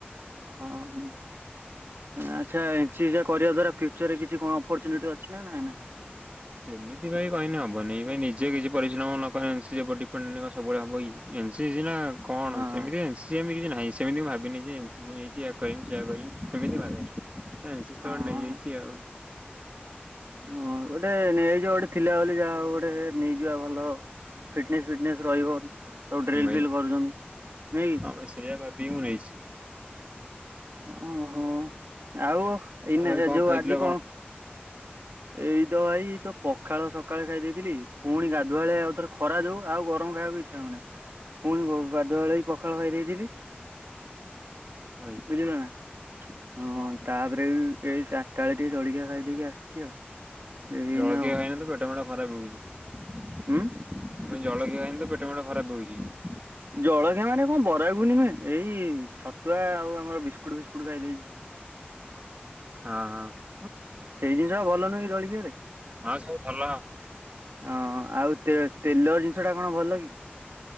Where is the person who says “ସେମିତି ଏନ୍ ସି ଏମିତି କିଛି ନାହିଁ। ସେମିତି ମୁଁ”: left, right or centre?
Right